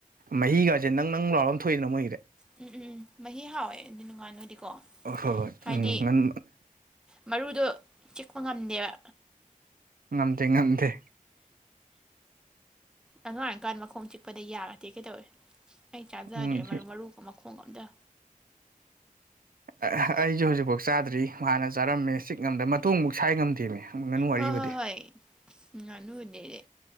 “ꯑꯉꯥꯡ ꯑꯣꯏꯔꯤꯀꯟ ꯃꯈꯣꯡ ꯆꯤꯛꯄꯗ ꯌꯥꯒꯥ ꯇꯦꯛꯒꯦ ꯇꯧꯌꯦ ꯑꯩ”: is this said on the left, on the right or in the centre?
Centre